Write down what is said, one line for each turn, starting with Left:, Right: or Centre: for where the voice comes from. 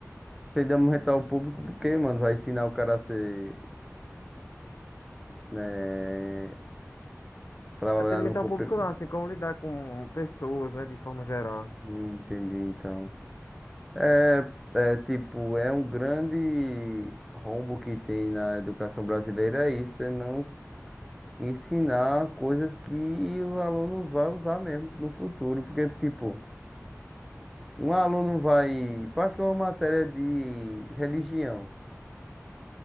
Centre: tem de aumentar o público porque, mano, vai ensinar o cara a ser, né, trabalhar
Left: Atendimento
Centre: no compre...
Left: ao público não, assim como lidar com pessoas, né, de forma geral.
Centre: Entendi, então. É, é tipo, é um grande rombo que tem na educação brasileira é isso, é não ensinar coisas que o aluno vai usar mesmo no futuro, porque, tipo, Um aluno vai para que uma matéria de religião,